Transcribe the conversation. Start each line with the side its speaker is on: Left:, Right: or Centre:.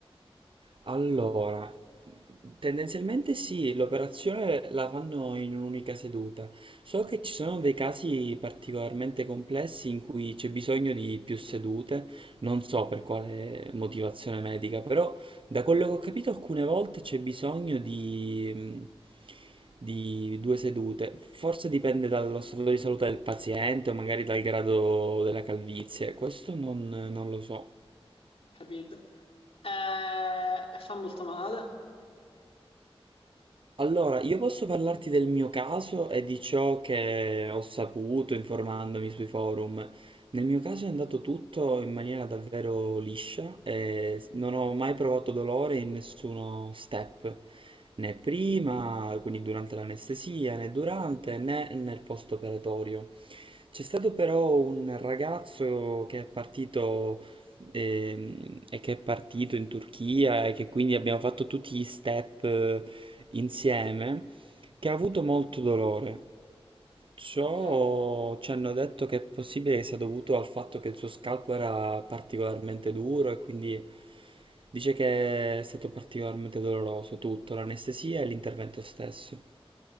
Right: Allora, tendenzialmente sì, l'operazione la fanno in un'unica seduta. So che ci sono dei casi particolarmente complessi in cui c'è bisogno di più sedute, non so per quale motivazione medica, però da quello che ho capito alcune volte c'è bisogno di, mm, di due sedute. Forse dipende dallo stato di salute del paziente o magari dal grado della calvizie, questo non non lo so.
Left: capite? Eh, e fa molto male.
Right: Allora, io posso parlarti del mio caso e di ciò che ho saputo informandomi sui forum. Nel mio caso è andato tutto in maniera davvero liscia e non ho mai provato dolore in nessuno step, né prima, quindi durante l'anestesia, né durante, né nel post-operatorio. C'è stato però un ragazzo che è partito ehm, e che è partito in Turchia e che quindi abbiamo fatto tutti gli step eh, insieme, che ha avuto molto dolore. Ciò
Left: Ok,
Right: ci hanno detto che è possibile che sia dovuto al fatto che il suo scalpo era particolarmente duro e quindi dice che è stato particolarmente doloroso tutto, l'anestesia e l'intervento stesso.